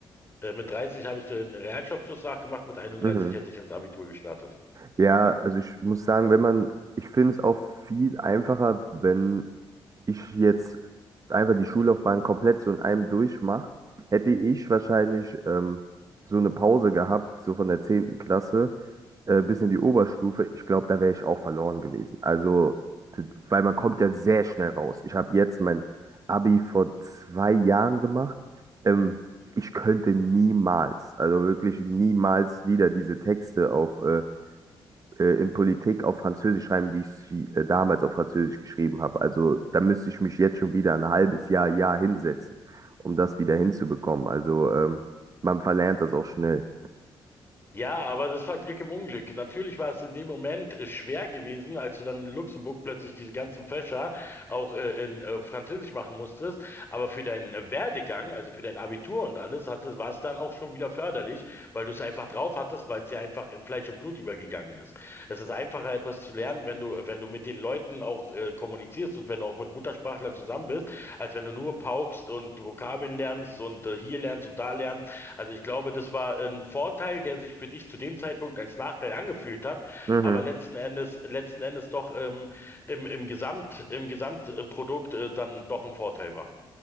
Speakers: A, on the left; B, on the right.
A: Äh, Mit 30 habe ich den Realschulabschluss nachgemacht, mit 31
B: Mhm.
A: hätte ich ins Abitur gestartet.
B: Ja, also ich muss sagen, wenn man, ich finde es auch viel einfacher, wenn ich jetzt einfach die Schullaufbahn komplett so in einem durchmache, hätte ich wahrscheinlich ähm, so eine Pause gehabt, so von der zehnten Klasse äh, bis in die Oberstufe. Ich glaube, da wäre ich auch verloren gewesen. Also, t- weil man kommt ja sehr schnell raus. Ich habe jetzt mein Abi vor zwei Jahren gemacht. Ähm, ich könnte niemals, also wirklich niemals wieder diese Texte auf äh, äh, in Politik auf Französisch schreiben, die ich sie, äh, damals auf Französisch geschrieben habe. Also da müsste ich mich jetzt schon wieder ein halbes Jahr, Jahr hinsetzen, um das wieder hinzubekommen. Also ähm, man verlernt das auch schnell.
A: Ja, aber das war Glück im Unglück. Natürlich war es in dem Moment äh, schwer gewesen, als du dann in Luxemburg plötzlich diese ganzen Fächer auch äh, in äh, Französisch machen musstest. Aber für deinen äh, Werdegang, also für dein Abitur und alles, hattest, war es dann auch schon wieder förderlich, weil du es einfach drauf hattest, weil es ja einfach in Fleisch und Blut übergegangen ist. Es ist einfacher, etwas zu lernen, wenn du, äh, wenn du mit den Leuten auch äh, kommunizierst und wenn du auch mit Muttersprachlern zusammen bist, als wenn du nur paukst und Vokabeln lernst und äh, hier lernst und da lernst. Also ich glaube, das war ein Vorteil, der sich für dich zu dem Zeitpunkt als Nachteil angefühlt hat,
B: Mhm.
A: aber letzten Endes, letzten Endes doch ähm, im, im Gesamt, im Gesamtprodukt äh, dann doch ein Vorteil war.